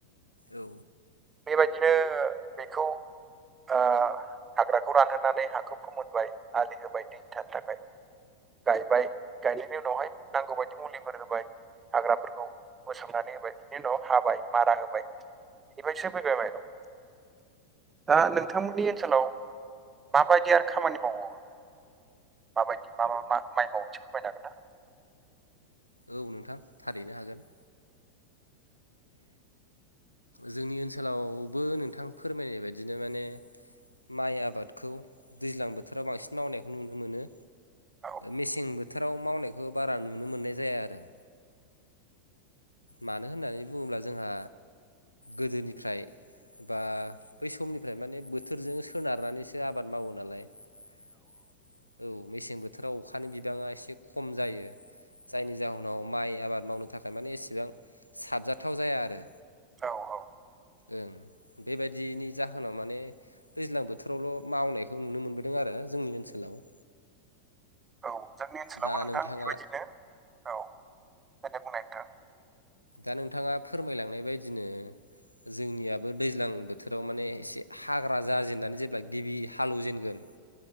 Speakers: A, on the left; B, on the right.
A: औ।
B: बेबायदिनो बेखौ ओ हाग्राखौ रानहोनानै हाखौ फोमोनबाय आलि होबाय दैथानो थाखाय गायबाय गायनायनि उनावहाय नांगौ बायदि मुलिफोर होबाय हाग्राफोरखौ बोस्रांनानै होबाय बिनि उनाव हाबाय मारा होबाय बेनिफ्रायसो फैबाय माइरं। दा नोंथांमोननि ओनसोलाव माबायदि आरो खामानि मावो? माबायदि मा-मा माइ मावो फोरमायनो हागोन ना?
A: औ नोंथां थारैनो हागोन। जोंनि ओनसोलावबो नोंथां फोरमायनाय बायदिनो माने माइ आबादखौ दैज्लां बोथोराव बांसिन मावनायखौ नुनो मोनो।
B: औ
A: मेसें बोथोराव मावनायखौ बारा नुनो मोननाय जाया आरो। मानो होननानै बुङोब्ला जोंहा गोदोनिफ्राय बा बै समनिफ्राय माने बोथोरजों सोनारनानैसो आबाद मावो नालाय औ। मेसें बोथोराव अखानि बिबाङा एसे खम जायो। जायनि जाहोनाव माइ आबाद मावनो नि थाखाय माने एसेबां साबजाथाव जाया आरो
B: औ औ।
A: ओं बेबायदिनि जाहोनाव माने दैज्लां बोथोरावल' मावनायखौ नुनो मोनबोदों आरो जोंनि ओनसोलाव।
B: औ जोंनि ओनसोलावबो
A: दा
B: नोंथां
A: नोंथाङा
B: बेबायदिनो औ। द बुंनाया नोंथां
A: दा नोंथाङा फोरमायलांनाय बायदिनो जोंनियाबो दैज्लां बोथोराव माने एसे हाग्रा जाजेननानै जेब्ला गिबि हालौव जेनगोन